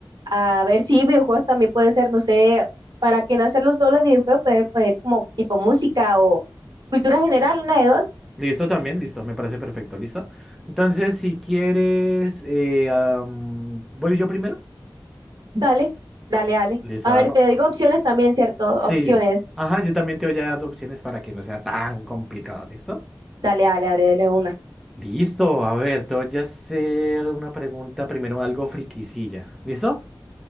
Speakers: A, on the right (about 60°); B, in the centre.
A: a ver si videojuegos también puede ser, no sé, para que no hacer los dobles videojuegos, puede poner como tipo música o cultura general, una de dos.
B: Listo también, listo, me parece perfecto, listo. Entonces, si quieres, eh, am, voy yo primero.
A: Dale, dale, dale.
B: Listo,
A: A
B: Alba.
A: ver, te digo opciones también, ¿cierto?
B: Sí,
A: Opciones.
B: ajá, yo también te voy a dar opciones para que no sea tan complicado, ¿listo?
A: Dale, dale, dale, dale una. Un
B: Listo, a ver, te voy a hacer una pregunta primero, algo friquisilla, ¿listo?